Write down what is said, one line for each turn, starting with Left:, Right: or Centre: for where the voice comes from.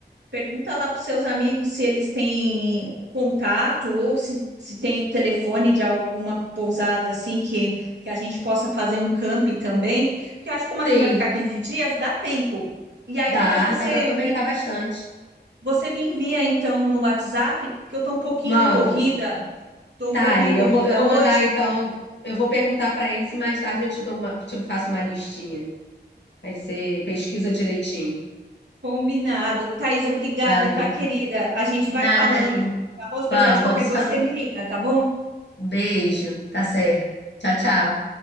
Right: Pergunta lá para os seus amigos se eles têm contato ou se, se tem o telefone de alguma pousada assim que, que a gente possa fazer um camp também. Porque eu acho que como a
Left: Sim.
Right: gente vai ficar 15 dias, dá tempo. E aí
Left: Dá,
Right: depois você
Left: dá para aproveitar
Right: me,
Left: bastante.
Right: você me envia então no WhatsApp, que eu tô um pouquinho
Left: Mando.
Right: corrida, tô um
Left: Tá,
Right: pouquinho
Left: Aline,
Right: corrida
Left: eu vou, eu vou
Right: hoje.
Left: mandar então. Eu vou perguntar para eles e mais tarde eu te dou uma, te faço uma listinha. Aí você pesquisa direitinho.
Right: Combinado. Thaisa, obrigada,
Left: Valeu.
Right: tá, querida? A gente
Left: Nada,
Right: vai falando,
Left: Aline.
Right: tá bom? Se precisar
Left: Vamos,
Right: de qualquer
Left: vamos se
Right: coisa,
Left: falando.
Right: você me liga, tá bom?
Left: Beijo. Tá certo. Tchau, tchau.